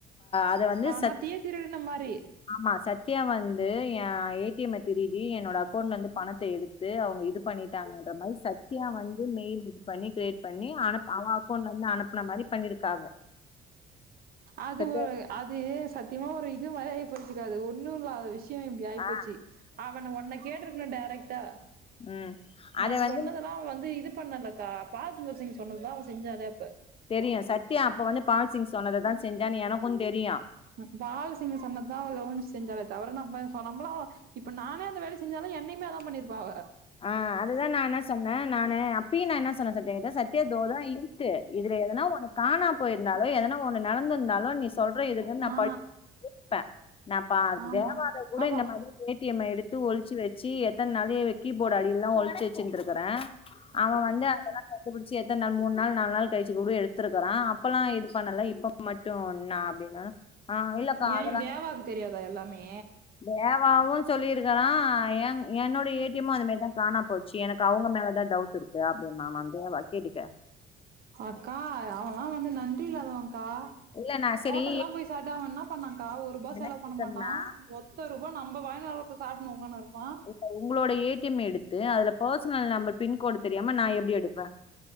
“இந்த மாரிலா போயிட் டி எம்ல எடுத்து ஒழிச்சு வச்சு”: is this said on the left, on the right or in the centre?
Left